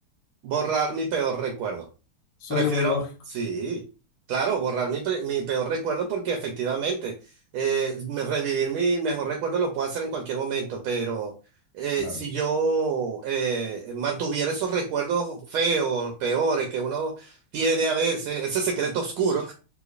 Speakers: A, on the right; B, on the left.
A: Borrar mi peor recuerdo.
B: Suena
A: Prefiero,
B: muy lógico,
A: sí, claro, borrar mi, pre- mi peor recuerdo porque efectivamente eh, me- revivir mi mejor recuerdo lo puedo hacer en cualquier momento, pero eh,
B: claro.
A: si yo eh, mantuviera esos recuerdos feos, peores que uno tiene a veces, ese secreto oscuro,